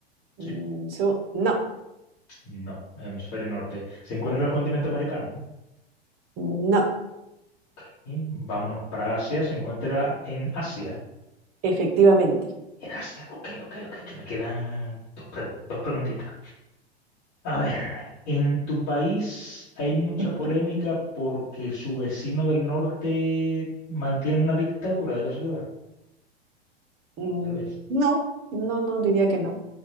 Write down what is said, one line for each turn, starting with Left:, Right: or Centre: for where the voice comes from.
Left: Sí.
Right: Mm, so- no,
Left: No, hemisferio norte. ¿Se encuentra en el continente americano?
Right: no,
Left: Ok. Vámonos para Asia. ¿Se encuentra en Asia?
Right: efectivamente.
Left: En Asia. Ok, ok, ok. Que me quedan dos pregun- dos preguntitas. A ver, en tu país hay mucha
Right: <laughs>
Left: polémica porque su vecino del norte mantiene una dictadura de casualidad.
Right: Mm,
Left: Tal vez.
Right: No, no, no diría que no.